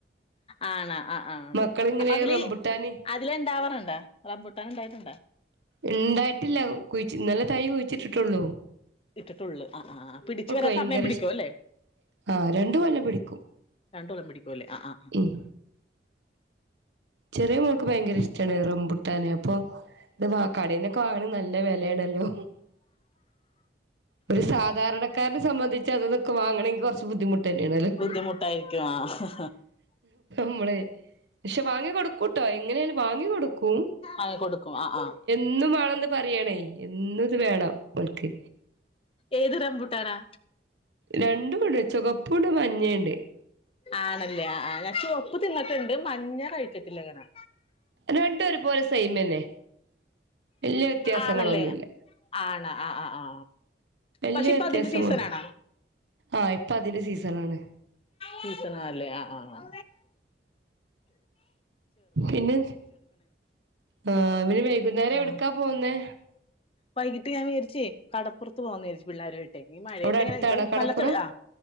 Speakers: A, on the left; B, on the right.
A: ആണ ആഹ് ആഹ് ഉം
B: മക്കളിങ്ങനെ
A: അപ്പതില്
B: റംബുട്ടാന്
A: അതില് ഇണ്ടാവാറ്ണ്ട റബ്ബുട്ടനിണ്ടായ്ട്ടിണ്ട
B: ഇണ്ടായ്ട്ടില്ല കുയ്ച്ച് ഇന്നലെ തൈ കുയ്ച്ചിട്ടിട്ടുള്ളൂ
A: ഇട്ടിട്ടൊള്ള് ആഹ് ആഹ് പിടിച്ചു വരാൻ
B: ഭയങ്കര
A: സമയം പിടിക്കുവല്ലേ
B: ഇഷ് ആഹ് രണ്ട് കൊല്ലം പിടിക്കും
A: രണ്ടോളം പിടിക്കും അല്ലേ ആഹ് ആഹ്
B: ഉം ചെറിയ മോൾക്ക് ഭയങ്കര ഇഷ്ടമാണ് റംബുട്ടാന് അപ്പൊ ആഹ് കടയിന്നൊക്കെക്കാളും നല്ല വിലയാണല്ലോ ഒരു സാധാരണക്കാരന സംബന്ധിച്ച് അതൊക്കെ വാങ്ങണമങ്കിൽ കുറച്ച് ബുദ്ധിമുട്ട് തന്നെയല്ലോ
A: ബുദ്ധിമുട്ടായിരിക്കും ആഹ്
B: മ്മള് പക്ഷെ വാങ്ങി കൊടുക്കൂട്ടോ എങ്ങനെയാലും വാങ്ങി കൊടുക്കൂ
A: ആയ കൊടുക്കും ആ ആഹ്
B: ഇന്നും വേണന്ന് പറയണേ എന്നും ഇത് വേണം അവൾക്ക്
A: ഏത് റംമ്പൂട്ടാനാ
B: രണ്ടുംടെ ചുകപ്പുണ്ട് മഞ്ഞണ്ട്
A: ആണല്ലേ ആ ഞാൻ ചൊവ്വപ്പ് തിന്നിട്ടുണ്ട് മഞ്ഞ കഴിച്ചട്ടില്ലങ്ങനാ
B: രണ്ടൂ ഒരു പോലെ സൈമന്നെ വലിയ വ്യത്യാസങ്ങളൊന്നുമില്ല.
A: ആണല്ലേ ആണ് ആ ആ ആ
B: വലിയ
A: പക്ഷെ ഇപ്പൊ
B: വ്യത്യാസങ്ങൾ
A: അതിന്റെ സീസൺ ആണോ
B: ആഹ ഇപ്പൊ അതിന്റെ സീസൺ ആണ്.
A: സീസണാ ലേ ആ ആഹ്
B: പിന്നെ ആ പിന് വൈകുന്നേരം
A: ആ
B: എവിടുക്കാ പോവുന്നേ?
A: വൈകിട്ട് ഞാ വിചാരിച്ച് കടപ്പുറത്ത് പോകാ എന്ന് വിചാരിച്ച് പിള്ളേരു ഈ മഴയത്തെ
B: അവിടെ അടുത്താണോ
A: എങ്ങനെ ഇപ്പൊ
B: കടപ്പുറം
A: നല്ല ചെളി ആ